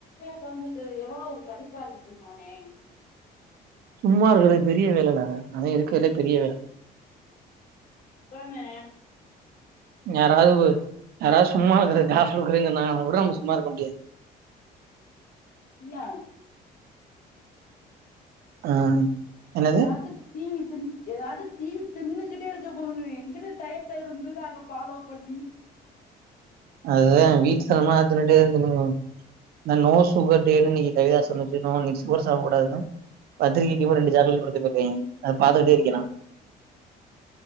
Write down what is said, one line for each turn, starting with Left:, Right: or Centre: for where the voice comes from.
Left: ஒக்காந்தது எவ்வளோ கடுப்பா இருக்கு தெரியமாணே
Right: சும்மா இருக்கற்து பெரிய வேல தாங்க அதா இருக்குறதுலேயே பெரிய வேல
Left: அப்போ ணே
Right: யாராவு யாரா சும்மா இருக்குறதா சொல்றங்க நாங்க கூட நம்ம சும்மா இருக்க முடியாது <inaudible>
Left: இல்ல
Right: ஆ என்னது
Left: ஏதாச்சு தீனி தின்னு ஏதாச்சு தீனி தின்னுகுட்டே இருக்க போதுங்கு எங்கிட்டு டயத்த இருந்து நாங்க பாலோ பண்ணி
Right: அதே வீட்டு <unintelligible> தின்னுட்டு <unintelligible> நோ சுகர் டேனு இன்னிக்கு கவிதா சொன்னுச்சு நோ இன்னைக்கு சுகர் சாப்டக்கூடாதுனு பத்திரிக்கை இவ ரெண்டு சாக்லேட் குடுத்துருக்கதே
Left: ம்
Right: அத பாத்துகுட்டே இருக்கே நா